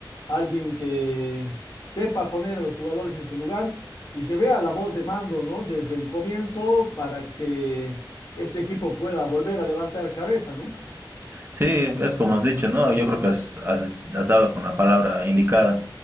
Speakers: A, on the left; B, on the right.
A: alguien que sepa poner a los jugadores en su lugar y se vea la voz de mando, ¿no? Desde un comienzo para que este equipo pueda volver a levantar cabeza, ¿no?
B: Sí, es como has dicho, ¿no? Yo creo que has, has- has dado con la palabra indicada.